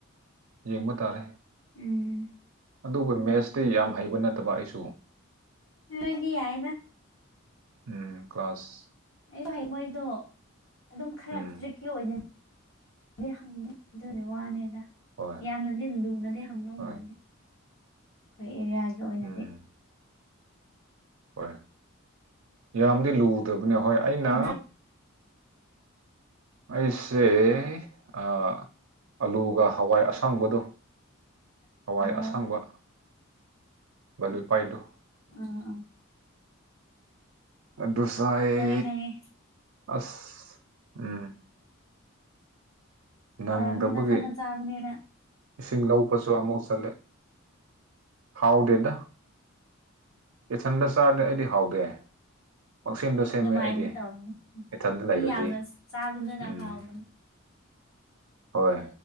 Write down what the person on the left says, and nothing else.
ꯎꯝ
ꯃꯤꯗꯤ ꯌꯥꯏꯌꯦꯗ
ꯑꯩꯁꯨ ꯍꯩ ꯃꯣꯏꯗꯣ ꯑꯗꯨꯝ ꯈꯔ
ꯇ꯭ꯔꯤꯛꯀꯤ ꯑꯣꯏꯅ ꯗꯤ ꯍꯪꯕꯅꯦ ꯑꯗꯨꯅꯦ ꯋꯥꯅꯦꯗ
ꯌꯥꯝꯅꯗꯤ ꯂꯨꯅꯗꯤ ꯍꯪꯗꯧ
ꯃꯥꯟꯗꯦ ꯑꯈꯣꯏ ꯑꯦꯔꯤꯌꯥꯒꯤ ꯑꯣꯏꯅꯗꯤ
ꯀꯩ
ꯑꯣ
ꯑꯥ
ꯑ ꯑ
ꯈꯪꯉꯦ ꯈꯪꯉꯦ
ꯍꯧꯔꯝꯅꯤ ꯅꯊꯟꯗ ꯆꯥꯕꯅꯤꯅ
ꯑꯗꯨꯃꯥꯏꯅꯗꯤ
ꯇꯧꯔꯝꯅꯤ
ꯃꯤ ꯌꯥꯝꯅ ꯆꯥꯕꯗꯨꯅ
ꯍꯥꯎꯕꯅꯦ